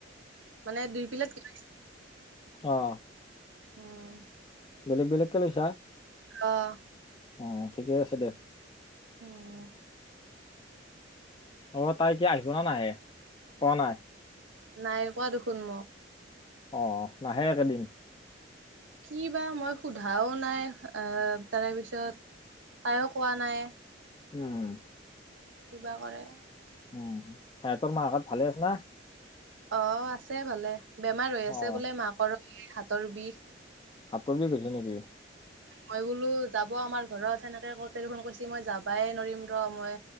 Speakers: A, on the right; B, on the left.
A: মানে দুই পিলেট
B: অ'।
A: উম।
B: বেলেগ বেলেগ লৈছা
A: আহ'।
B: অ', ঠিকেই আছে দে।
A: উম।
B: অ', তাই এতিয়া আহিব নে নাহে কোৱা নাই?
A: নাই কোৱা দেখোন মোক।
B: অ', নাহে একেদিন!
A: কি বা মই সোধাও নাই অহ, তাৰেপিছত তাইও কোৱা নাই।
B: উম।
A: কিবা কৰে?
B: উম, সে তোৰ মাহঁত ভালে আছে না?
A: অ', আছে ভালে বেমাৰ হৈ
B: অ',
A: আছে বোলে মাকৰো <unintelligible> হাতৰ বিষ।
B: হাত প দি গৈছে নেকি?
A: মই বোলো যাব আমাৰ ঘৰত সেনেকে কতে ফোন কৈছে মই যাবাই নৰিম ৰ মই